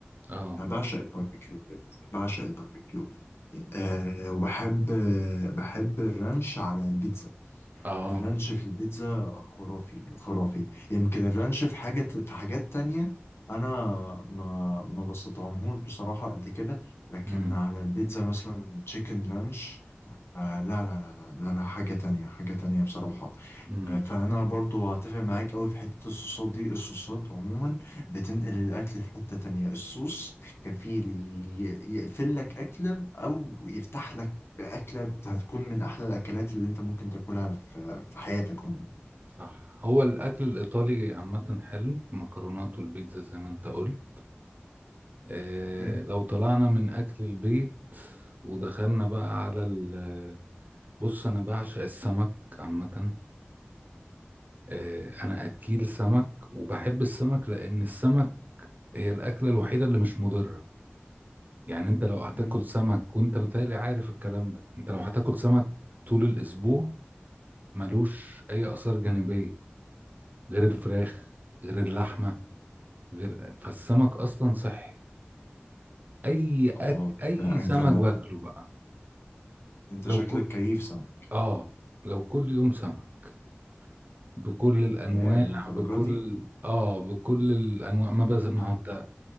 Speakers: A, on the right (about 45°); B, on the left (about 75°).
A: اه
B: يعني بعشق الباربيكيو بجد بعشق الباربيكيو آه وبحب آه بحب الرانش على البيتزا
A: اه
B: الرانش في البيتزا خرافي خرافي يمكن الرانش في حاجة في حاجات تانية انا ما ما بستطعمهوش بصراحة قد كده لكن
A: امم
B: على البيتزا مثلا تشيكن رانش آه لا لا لا لا لا لا، حاجة تانية حاجة تانية بصراحة
A: امم
B: فانا برضو هتفق معاك قوي في حته الصوصات دي الصوصات عموما بتنقل الاكل في حته تانية الصوص كفيل ي- يقفل لك اكله او يفتح لك اكله هتكون من احلى الاكلات اللي انت ممكن تاكلها في في حياتك عموما
A: صح هو الاكل الايطالي عامه حلو مكرونات والبيتزا زي ما انت قلت آه،
B: أمم،
A: لو طلعنا من أكل البيت ودخلنا بقى على ال بص أنا بعشق السمك عامة آه، أنا أكيل سمك وبحب السمك لأن السمك هي الأكلة الوحيدة اللي مش مضرة يعني أنت لو هتاكل
B: أمم.
A: سمك وأنت متهيألي عارف الكلام ده أنت لو هتاكل سمك طول الأسبوع ملوش أي آثار جانبية غير الفراخ غير اللحمة غير فالسمك أصلا صحي أي
B: الله
A: أك... أي
B: لا،
A: سمك
B: انت
A: باكله بقى
B: انت
A: لو
B: شكلك
A: ك...
B: كيف سمك
A: اه لو كل يوم سمك بكل الانواع
B: يا الدرجه
A: بكل
B: دي
A: اه بكل الانواع ما بز ما
B: ها
A: هو انت